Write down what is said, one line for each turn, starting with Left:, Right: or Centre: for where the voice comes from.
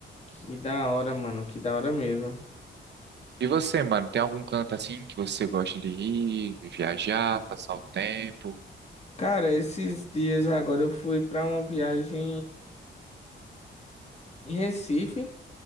Left: Que da hora, mano, que da hora mesmo.
Right: E você, mano, tem algum canto assim que você gosta de ir, de viajar, passar o tempo?
Left: Cara, esses dias agora eu fui pra uma viagem em Recife,